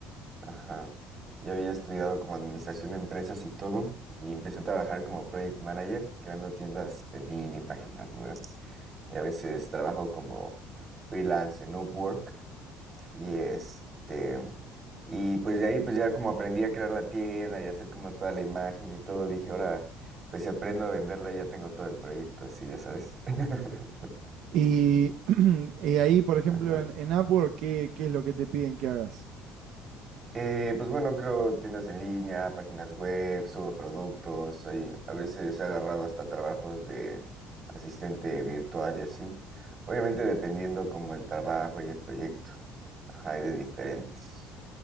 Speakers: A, on the right; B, on the right.
A: Ajá. Ya había estudiado como administración de empresas y todo, y empecé a trabajar como project manager, creando tiendas en línea y páginas web. Y a veces trabajo como freelance en Upwork. Y este, y pues de ahí pues ya como aprendí a crear la tienda y hacer como toda la imagen y todo, dije, ahora pues si aprendo a venderla ya tengo todo el proyecto así, ya sabes. <laughs>
B: Y, <clears throat> y ahí, por ejemplo,
A: Ajá.
B: en, en Upwork, ¿qué, qué es lo que te piden que hagas?
A: Eh, pues bueno, creo tiendas en línea, páginas web, subo productos, ahí a veces he agarrado hasta trabajos de asistente virtual y así. Obviamente dependiendo como el trabajo y el proyecto. Ajá, hay de diferentes.